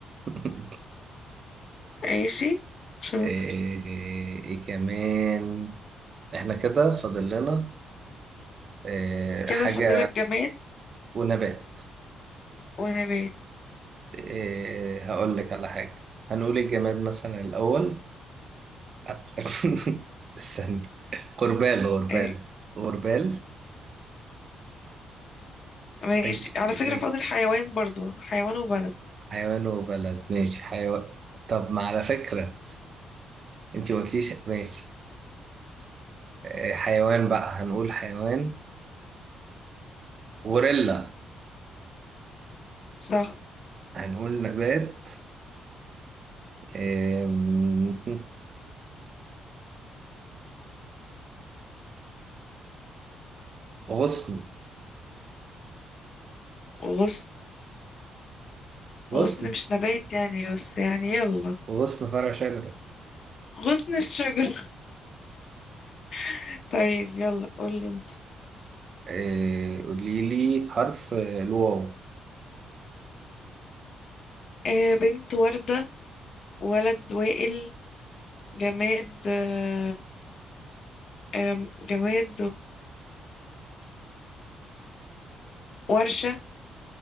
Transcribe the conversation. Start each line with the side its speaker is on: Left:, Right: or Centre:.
Right: <laughs>
Left: <laughs> ماشي شاطر
Right: ايه, إيه إيه كمان احنا كده فاضل لنا إيه
Left: كده
Right: حاجة
Left: فاضلك جماد
Right: ونبات
Left: ونبات
Right: إيه هقول لك على حاجة هنقول الجماد مثلا الأول <laughs> استنى غربال غربال
Left: ايه
Right: غربال
Left: ماشي
Right: تج
Left: على فكرة
Right: تج
Left: فاضل حيوان برضو حيوان وبلد
Right: حيوان وبلد ماشي حيوان طب ما على فكرة انتي ما قلتيش ماشي آه، حيوان بقى هنقول حيوان غوريلا
Left: صح
Right: هنقول نبات آم، <laughs> غصن
Left: وغصن
Right: غصن
Left: غصن مش نبات يعني بس يعني يلا
Right: غصن فرع شجرة
Left: غصن الشجر <laughs> طيب يلا قولي انت
Right: آه، قولي لي حرف آه، الواو
Left: آه بنت وردة ولد وائل جماد آه آم، جماد وورشة